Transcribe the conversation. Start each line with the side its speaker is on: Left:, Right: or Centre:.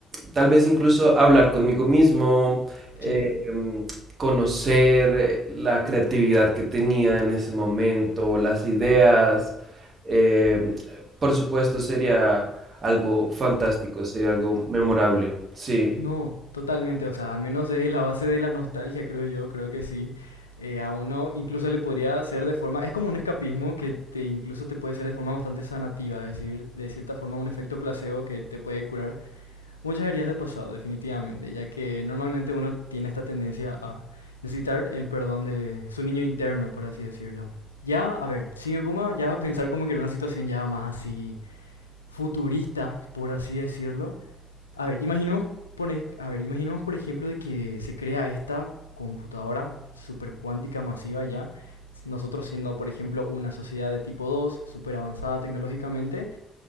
Right: tal vez incluso hablar conmigo mismo, eh,
Left: Sí.
Right: conocer la creatividad que tenía en ese momento, las ideas, eh, por supuesto sería algo fantástico, sería algo memorable. Sí.
Left: No, totalmente, o sea, al menos de la base de la nostalgia, creo yo, creo que sí. Eh, a uno incluso le podría hacer de forma, es como un escapismo que te incluso te puede ser de forma bastante sanativa, es decir, de cierta forma un efecto placebo que te puede curar Muchas heridas de pasado, definitivamente, ya que normalmente uno tiene esta tendencia a necesitar el perdón de su niño interno, por así decirlo. Ya, a ver, si me pongo ya a pensar como que en una situación ya más así futurista, por así decirlo. A ver, imaginemos, pone- a ver, imaginemos por ejemplo de que se crea esta computadora supercuántica masiva ya, nosotros siendo por ejemplo una sociedad de tipo 2 súper avanzada tecnológicamente,